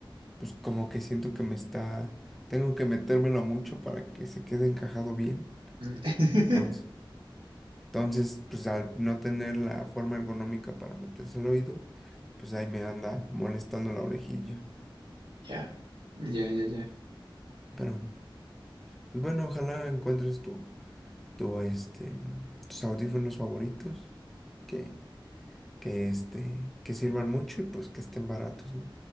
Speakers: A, in the centre; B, on the right.
A: pues como que siento que me está, tengo que metérmelo mucho para que se quede encajado bien.
B: Mm. <laughs>
A: Entonces, entonces, pues al no tener la forma ergonómica para meterse al oído, pues ahí me anda molestando la orejilla.
B: Ya, ya, ya, ya.
A: Pero, pues bueno, ojalá encuentres tu, tu, este, tus audífonos favoritos, que, que este, que sirvan mucho y pues que estén baratos, ¿no?